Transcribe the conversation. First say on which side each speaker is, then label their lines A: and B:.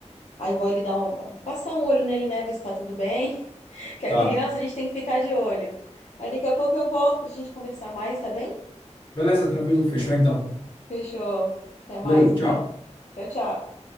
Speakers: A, on the left; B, on the left.
A: Aí eu vou ele dar uma, passar um olho nele, né? Ver se tá tudo bem. <laughs> Que
B: Tá.
A: a criança a gente tem que ficar de olho. Aí daqui a pouco eu volto pra gente conversar mais, tá bem?
B: Beleza, tranquilo, fechou então.
A: Fechou. Até mais,
B: Valeu,
A: então.
B: tchau.
A: Tchau, tchau.